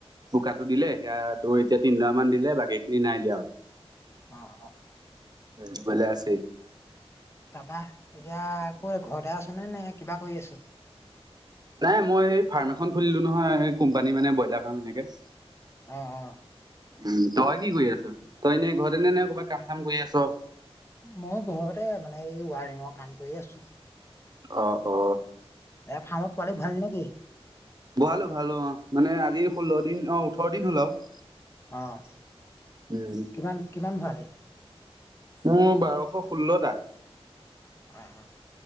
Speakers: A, on the right (about 40°); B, on the left (about 25°).
A: বোকাটো দিলে সেয়া তোৰ এতিয়া তিনিডৰা মান দিলে বাকী খিনি নাই দিয়া আৰু
B: অ অ
A: উ ভালে আছে
B: তাপা এতিয়া কত ঘৰতে আছ নে নে কিবা কৰি আছ
A: নাই মই এই ফাৰ্ম এখন খুলিলো নহয় কোম্পানী মানে ব্ৰইলাৰ ফাৰ্ম এনেকে
B: অ অ
A: উম তই কি কৰি আছ তই এনেই ঘৰতে ন নে কৰ'বাত কাম চাম কৰি আছ
B: মই ঘৰতে মানে এই ৱাৰিঙৰ কাম কৰি আছো
A: অ অ
B: এ ফাৰ্মত পোৱালি ভৰালি নেকি
A: ভৰিলো ভৰালো অ মানে আজি ষোল্ল দিন অ ওঠৰ দিন হ'ল আৰু
B: অঁ
A: উম
B: কিমান কিমান ভৰালী
A: মোৰ বাৰশ ষোল্লটা
B: অ অ